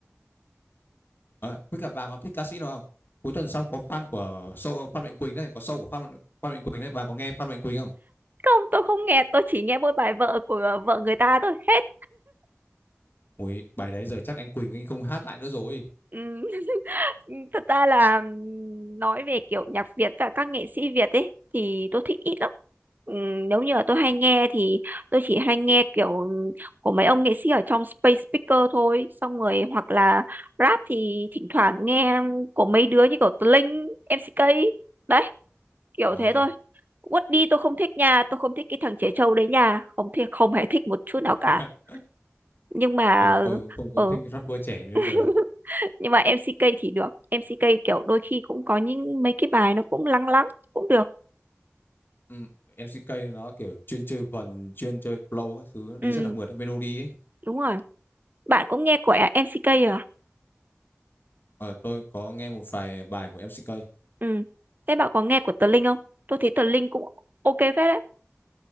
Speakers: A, on the left; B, on the right.
A: À, với cả bà có thích ca sĩ nào không? Cuối tuần sau có fan của show Phan Mạnh Quỳnh đấy, có show của Phan Phan Mạnh Quỳnh đấy, bà có nghe Phan Mạnh Quỳnh không?
B: không tôi không nghe tôi chỉ nghe mỗi bài vợ của ờ, vợ người ta thôi hết
A: Ui, bài đấy giờ chắc anh Quỳnh anh không hát lại nữa rồi.
B: ừ Ừ, Thật ra là ừm, nói về kiểu nhạc Việt và các nghệ sĩ Việt ấy thì tôi thích ít lắm. Ừm, Nếu như là tôi hay nghe thì tôi chỉ hay nghe kiểu ừm, của mấy ông nghệ sĩ ở trong Space Speaker thôi. Xong rồi hoặc là rap thì thỉnh thoảng nghe của mấy đứa như kiểu Tờ Linh, MCK. Đấy, kiểu
A: À,
B: thế thôi. Quất đi tôi không thích nha, tôi không thích cái thằng Trẻ Trâu đấy nha. Không thì không hề thích một chút nào
A: <laughs>
B: cả. Nhưng mà
A: ờ, tôi cũng không có
B: ừ
A: thích rapper trẻ như bây
B: <laughs>
A: giờ đâu.
B: nhưng mà MCK thì được MCK kiểu đôi khi cũng có những mấy cái bài nó cũng lắng lắng cũng được
A: Ừ, MCK nó kiểu chuyên chơi vần, chuyên chơi flow các thứ
B: ừ
A: đi rất là mượt, melody ấy.
B: đúng rồi bạn cũng nghe của MCK à
A: Ờ, tôi có nghe một vài bài của MCK.
B: ừ thế bạn có nghe của Tờ Linh không tôi thấy Tờ Linh cũng ok phết đấy